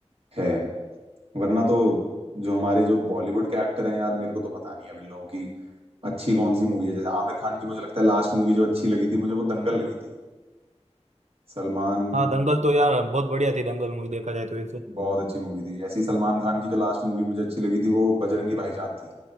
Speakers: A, on the right (about 55°); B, on the right (about 75°).
A: है वरना तो जो हमारे जो बॉलीवुड के एक्टर हैं यार मेरे को तो पता नहीं है अब इन लोगों की अच्छी कौन सी मूवी है जैसे आमिर खान की मुझे लगता है लास्ट मूवी जो अच्छी लगी थी मुझे वो दंगल लगी थी सलमान
B: हाँ दंगल तो यार बहुत बढ़िया थी दंगल मूवी देखा जाए तो वैसे
A: बहुत अच्छी मूवी थी ऐसी सलमान खान की जो लास्ट मूवी मुझे अच्छी लगी थी वो बजरंगी भाईजान थी